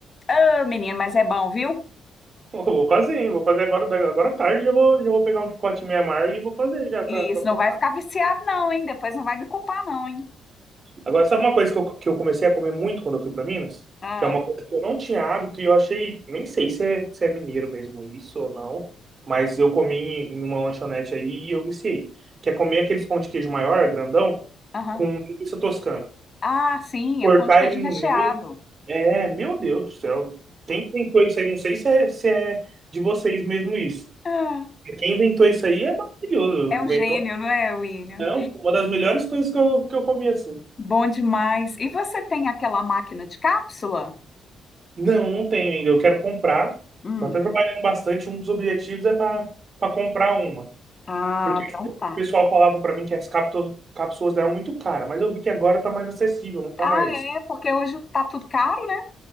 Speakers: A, on the left; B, on the right.
A: Ô, menino, mas é bom, viu?
B: eu vou fazer, hein? Vou fazer agora, agora à tarde. Já vou, já vou pegar um chicote meia amargo e vou fazer já pra,
A: E
B: pra
A: isso
B: cortar.
A: não vai ficar viciado, não, hein? Depois não vai me culpar, não, hein?
B: Agora, sabe uma coisa que eu, que eu comecei a comer muito quando eu fui pra Minas?
A: Ah,
B: Que é uma coisa que eu não tinha hábito e eu achei. Nem sei se é, se é mineiro mesmo isso ou não. Mas eu comi em em uma lanchonete aí e eu viciei. Que é comer aqueles pão de queijo maior, grandão,
A: aham.
B: com linguiça toscana.
A: Ah, sim,
B: Cortar
A: é o pão de queijo
B: ele
A: recheado.
B: no meio. É, meu Deus do céu. Quem inventou isso aí? Não sei se é, se é de vocês mesmo isso.
A: Ah,
B: Quem inventou isso aí é maravilhoso.
A: é
B: Inventou
A: um gênio, não é, William?
B: Não, uma das melhores coisas que eu, que eu comi assim.
A: Bom demais. E você tem aquela máquina de cápsula?
B: Não, não tenho ainda. Eu quero comprar.
A: Hum.
B: Tô até trabalhando bastante. Um dos objetivos é para comprar uma.
A: Ah,
B: Porque
A: então
B: o
A: tá.
B: pessoal falava para mim que as cápsulas, cápsulas eram muito caras, mas eu vi que agora tá mais acessível, não tá
A: Ah,
B: mais.
A: é, porque hoje tá tudo caro, né?